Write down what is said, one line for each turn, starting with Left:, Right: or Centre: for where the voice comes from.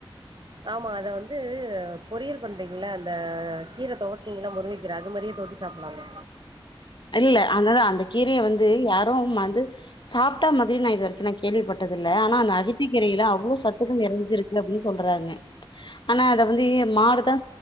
Right: ஆமா அத வந்து பொரியல் பண்றிங்களா அந்த கீர தொவட்னிங்கல முருங்கக்கீர அது மாரியே தொவட்டி சாப்புட்லாமே
Left: இல்ல அந்ததா அந்த கீரைய வந்து யார் ரூம் வந்து சாப்ட்டா மதி நா இது வரைக்கு நா கேள்விப்பட்டதில்ல ஆனா அந்த அகத்திகீரையில அவ்ளோ சத்துகள் நெரஞ்சிருக்கு அப்டீ சொல்றாங்க ஆனா அத வந்து மாடுதா